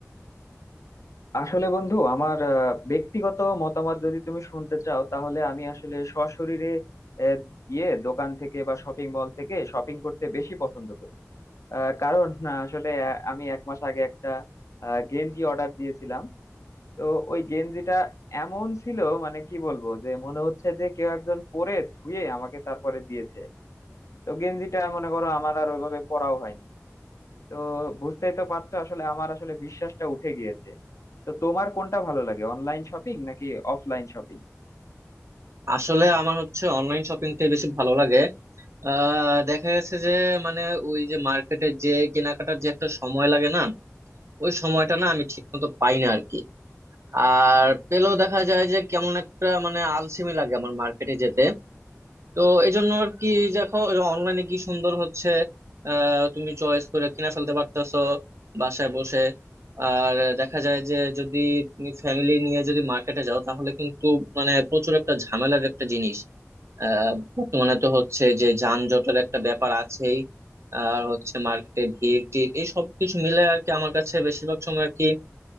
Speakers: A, on the left; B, on the right.
A: আসলে বন্ধু আমার আহ, ব্যক্তিগত মতামত যদি তুমি শুনতে চাও তাহলে আমি আসলে সশরীরে আহ, গিয়ে দোকান থেকে বা শপিং মল থেকে শপিং করতে বেশি পছন্দ করি আহ, কারণ আহ, আসলে আহ, আমি এক মাস আগে একটা আহ, গেঞ্জি অর্ডার দিয়েছিলাম তো ওই গেঞ্জিটা এমন ছিল মানে কি বলবো যে মনে হচ্ছে যে কেউ একজন পরে ধুয়ে আমাকে তারপরে দিয়েছে তো গেঞ্জিটা মনে করো আমার আর ওইভাবে পরাও হয়নি তো বুঝতেই তো পারছো আসলে আমার আসলে বিশ্বাসটা উঠে গিয়েছে তো তোমার কোনটা ভালো লাগে অনলাইন শপিং নাকি অফলাইন শপিং
B: আসলে আমার হচ্ছে অনলাইন শপিংটাই বেশি ভালো লাগে আহ দেখা গেছে যে মানে ওই যে মার্কেটে যে কেনাকাটার যে একটা সময় লাগে না ওই সময়টা না আমি ঠিক মতো পাই না আর কি আর পেলেও দেখা যায় যে কেমন একটা মানে আলসেমি লাগে আমার মার্কেটে যেতে তো এই জন্য আর কি দেখো অনলাইনে কি সুন্দর হচ্ছে আহ তুমি চয়েস করে কিনে ফেলতে পারতেছো বাসায় বসে আর দেখা যায় যে যদি তুমি ফ্যামিলি নিয়ে যদি মার্কেটে যাও তাহলে কিন্তু মানে প্রচুর একটা ঝামেলার একটা জিনিস আহ বর্তমানে তো হচ্ছে যে যানজটের একটা ব্যাপার আছেই আর হচ্ছে মার্কেটে ভিড় টিড় এই সব কিছু মিলে আর কি আমার কাছে বেশিরভাগ সময় আর কি